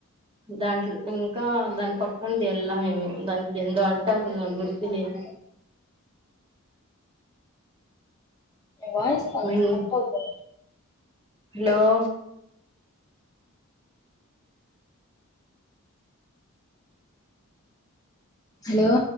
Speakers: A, on the right (about 25°); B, on the left (about 15°).
A: దాంట్లో ఇంకా దాని పక్కనది వెళ్ళలా మేము దానికి ఏందో అంటారు నాకు గుర్తు లేదు
B: నీ వయిస్ కొంచ్
A: మేము
B: కట్ అవుతాంది
A: హలో
B: హలో